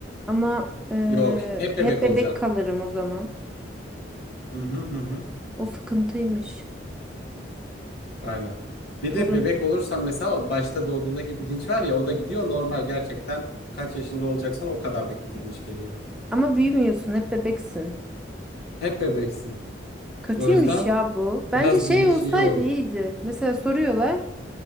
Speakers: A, in the centre; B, on the left.
A: Ama eee,
B: Yok, hep
A: hep
B: bebek
A: bebek
B: olacaksın.
A: kalırım o zaman.
B: Hı hı hı. hı.
A: O sıkıntıymış.
B: Aynen. Bir
A: Torun.
B: de bebek olursan mesela başta doğduğundaki bilinç var ya o da gidiyor normal gerçekten kaç yaşında olacaksan o kadarlık bir bilinç geliyor.
A: Ama büyümüyorsun, hep bebeksin.
B: Hep bebeksin.
A: Kötüymüş
B: O yüzden
A: ya bu. Bence
B: biraz
A: şey
B: bilinç
A: olsaydı
B: iyi olur.
A: iyiydi. Mesela soruyorlar